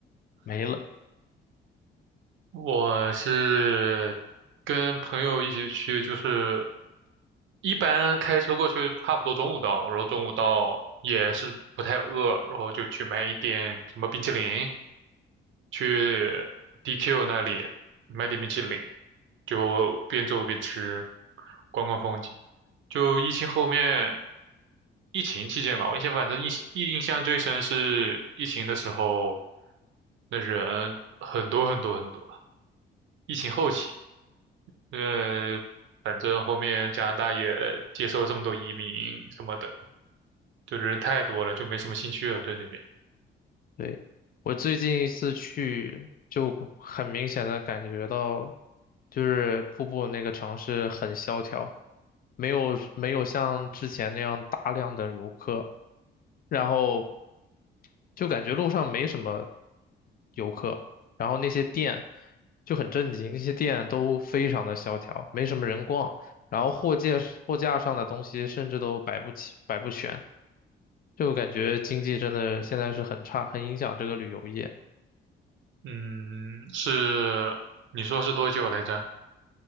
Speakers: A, on the left; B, on the right.
A: 没了。
B: 我是跟朋友一起去，就是一般开车过去差不多中午到，然后中午到也是不太饿，然后就去买一点什么冰淇淋，去 DQ 那里买点冰淇淋，就边走边吃，逛逛风景。就疫情后面，疫情期间吧，我印象反正印印象最深是疫情的时候，那人很多很多很多。疫情后期，呃，反正后面加拿大也接受这么多移民什么的，就是太多了，就没什么兴趣了，对那边。
A: 对，我最近一次去，就很明显的感觉到，就是瀑布那个城市很萧条，没有没有像之前那样大量的游客，然后就感觉路上没什么游客，然后那些店就很震惊，那些店都非常的萧条，没什么人逛，然后货架货架上的东西甚至都摆不起，摆不全。就感觉经济真的现在是很差，很影响这个旅游业。
B: 嗯，是，你说是多久来着？